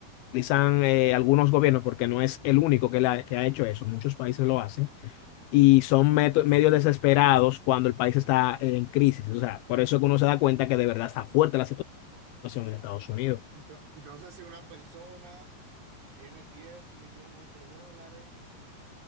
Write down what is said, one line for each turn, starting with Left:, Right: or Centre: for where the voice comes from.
Left: utilizan eh, algunos gobiernos, porque no es el único que, la- que ha hecho eso. Muchos países lo hacen. Y son meto- medios desesperados cuando el país está en crisis. O sea, por eso es que uno se da cuenta que de verdad está fuerte la situación en Estados Unidos.
Right: Ento- Entonces, si una persona tiene 10 millones de dólares,